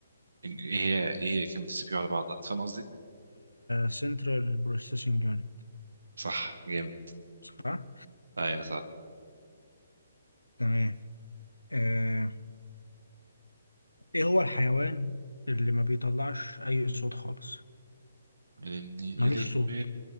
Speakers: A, on the right (about 75°); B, on the left (about 85°).
A: ايه هي ايه هي كلمه السي بي يو على بعضها فاهم قصدي
B: سنترال بروسيسنج يونت
A: صح جامد
B: صح؟
A: ايوه صح
B: تمام آه، ايه هو الحيوان اللي ما بيطلعش اي صوت خالص
A: لاني
B: ملوش
A: يا لهوي
B: صوت